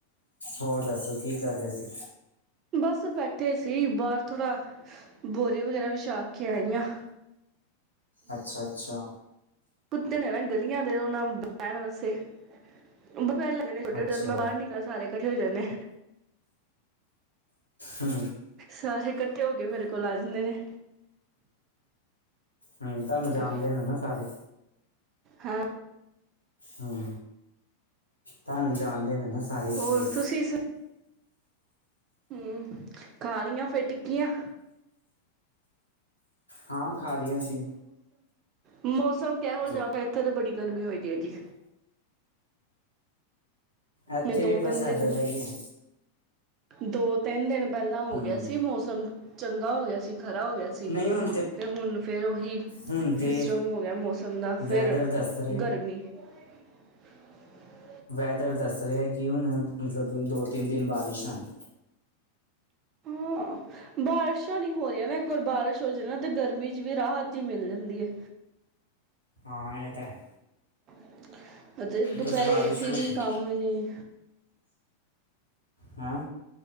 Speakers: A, on the left (about 85°); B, on the right (about 35°).
A: ਹੋਰ ਦੱਸੋ ਕੀ ਕਰ ਰਏ ਸੀ?
B: ਬਸ ਬੈਠੇ ਸੀ ਬਾਰ ਥੁੜਾ, ਬੋਰੀ ਵਗੈਰਾ ਵਿਛਾ ਕੇ ਆਂਈ ਆਂ।
A: ਅੱਛਾ-ਅੱਛਾ।
B: ਕੁੱਤੇ ਨੇ ਨਾ ਗਲੀਆਂ ਦੇ ਓਨਾਂ ਨੂੰ ਬੈਣ ਵਸੇ <unintelligible>
A: ਅੱਛਾ
B: ਸਾਰੇ ਇਕੱਠੇ ਹੋ ਜਾਂਨੇ।
A: ਹੂੰ
B: ਸਾਰੇੇ ਕੱ ਕੱਠੇ ਹੋ ਕੇ ਮੇਰੇ ਕੋਲ ਆ ਜਾਂਦੇ ਨੇ।
A: ਹੂੰ, ਤਾਨੂੰ ਜਾਣਦੇ
B: ਤੇ
A: ਨੇ ਨਾ ਸਾਰੇ।
B: ਹਾਂ।
A: ਹੂੰ। ਤੁਆਨੂੰ ਜਾਣਦੇ ਨੇ ਨਾ ਸ ਸਾਰੇ ਇਸ
B: ਹੋਰ
A: ਲਈ।
B: ਤੁਸੀਂ ਸ ਹੂੰ। ਖਾਲੀ਼ਆ ਫੇਰ ਟਿੱਕੀਆਂ?
A: ਹਾਂ ਖਾ ਲੀਆਂ ਸੀ।
B: ਮੌਸ ਸ ਕੇਹੋ
A: ਵਧ-
B: ਜਾ ਥ ਐਥੇ ਤਾਂ ਬੜੀ ਗਰਮੀ ਹੋਈ ਦੀ ਐ ਜੀ।
A: ਐਥੇ
B: ਮੈਂ ਦੋ
A: ਬਸ
B: ਤਿੰਨ
A: ਐਦਾਂ
B: ਦਿਨ
A: ਦਾ ਈ ਐਂ।
B: ਦੋ, ਤਿੰਨ ਦਿਨ ਪੈਲਾਂ ਹੋ
A: ਹੂੰ
B: ਗੇਆ ਸੀ ਮੋਸਮ ਚੰਗਾ ਹੋ ਗੇਆ ਸੀ। ਖਰਾ ਹੋ ਗੇਆ ਸੀ।
A: ਨਹੀਂ ਹੁਣ
B: ਤੇ ਹੁਨ ਫੇਰ ਓਹੀ,
A: ਹੁਣ ਤੇ
B: ਸਿਸਟਮ ਹੋ ਗੇਆ ਮੋਸਮ ਦਾ ਫੇਰ
A: ਵੈਦਰ ਦੱਸ ਰਹੇ
B: ਗਰਮੀ। <unintelligible>
A: ਵੈਦਰ ਦੱਸ ਰੇਆ ਕਿ ਹੁਨ ਮਤਲਬ ਦੋ, ਤਿੰਨ ਦਿਨ ਬਾਰਿਸ਼ ਆਨੀ।
B: ਹਾਂ, ਬਾਰਿਸ਼ਾਂ ਨੀ ਹੋ ਰਹੀਆਂ ਨਾ ਇੱਕ ਵਾਰ ਬਾਰਿਸ਼ ਹੋਜੇ ਨਾ ਤੇ ਗਰਮੀ ਚ ਵੀ ਰਾਹਤ ਜੀ ਮਿਲ ਜਾਂਦੀ ਏ।
A: ਹਾਂ ਇਹ ਤਾਂ ਹੈ।
B: <unintelligible> ਅਤੇ ਦੁਪਹਿਰੇ
A: ਬਸ ਬਾਰਿਸ਼
B: ਏਸੀ
A: ਹੋ
B: ਵੀ
A: ਜੇ
B: ਕੰਮ ਨੀ
A: ਹੈਂ।